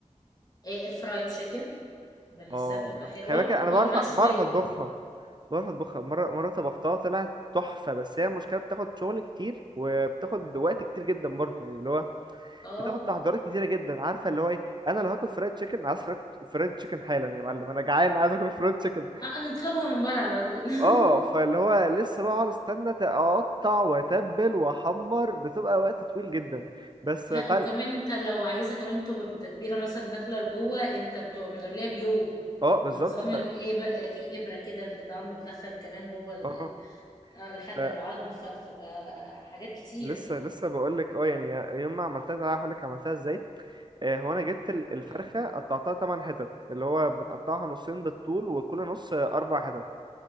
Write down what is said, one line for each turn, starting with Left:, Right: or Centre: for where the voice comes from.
Left: آه الفرايد تشيكن بحسها
Right: اه
Left: بتبقى حلوه
Right: خلي بالك انا
Left: والمشويه
Right: بعرف بعرف اطبخها بعرف اطبخها مره مره طبختها طلعت تحفه بس هي المشكله بتاخد شغل كتير وبتاخد وقت كتير جدا برضه يعني اللي هو
Left: اه
Right: بتاخد تحضيرات كتيره جدا عارفه اللي هو ايه انا لو هاكل فرايد تشيكن عايز فرايد فرايد تشيكن حالا يا معلم انا جعان عايز اكل فرايد تشيكن
Left: اه نطلبها من بره على طول <laughs>
Right: اه فاللي هو لسه بقى اقعد استنى ت- اقطع واتبل واحمر بتبقى وقت طويل جدا بس تعالي
Left: لا وكمان انت لو عايزه كمان تبقى بالتتبيله مثلا داخله لجوه انت بتبقى من قبلها بيوم
Right: اه بالظبط
Left: ونظام
Right: ف
Left: الابره في ابره كده اللي طبعا بتدخل كمان جوه ال-
Right: اه
Left: اه لحد
Right: ف...
Left: العظم فبتبقى حاجات كتير
Right: لسه لسه بقول لك اه يعني يوم ما عملتها ده هقول لك عملتها ازاي آه، هو انا جبت ال- الفرخه
Left: اه
Right: قطعتها 8 حتت اللي هو بتقطعها نصين بالطول وكل نص آه، اربع حتت